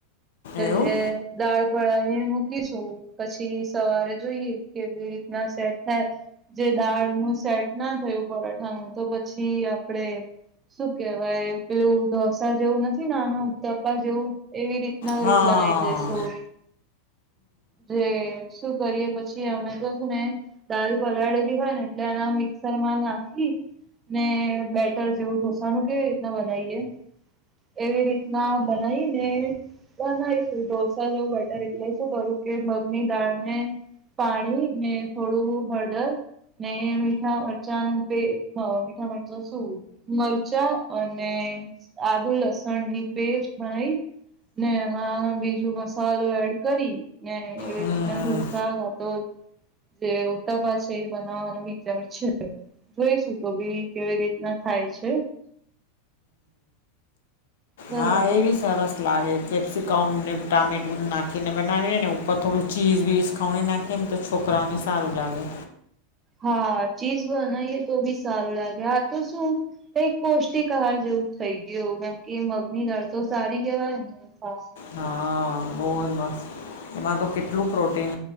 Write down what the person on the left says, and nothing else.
એવું
હા
હમ
હા એ બી સરસ લાગે કેપ્સિકમ ને ટામેટું નાખીને બનાવીને ને ઉપર થોડું ચીઝ-વીઝ ખમણી નાખે ને તો છોકરાઓને સારું લાગે
હા બહુત મસ્ત, એમાં તો કેટલું પ્રોટીન